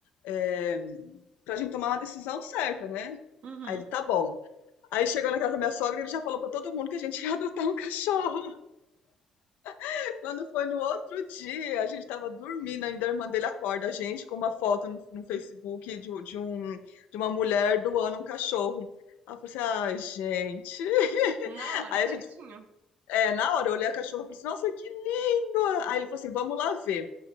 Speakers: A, on the left; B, on the right.
A: é, pra gente tomar uma decisão certa, né?
B: Uhum.
A: Aí ele, tá bom. Aí chegou na casa da minha sogra, e ele já falou pra todo mundo que a gente ia <laughs> adotar um cachorro. <laughs> Quando foi no outro dia, a gente tava dormindo, ainda a irmã dele acorda a gente com uma foto no, no Facebook de, um- de um, de uma mulher doando um cachorro. Aí eu falei assim, ai, gente. <laughs>
B: Na hora,
A: Aí
B: certinho.
A: a gente É, na hora eu olhei a cachorra e falei assim, nossa, que linda! Aí ele falou assim, vamos lá ver.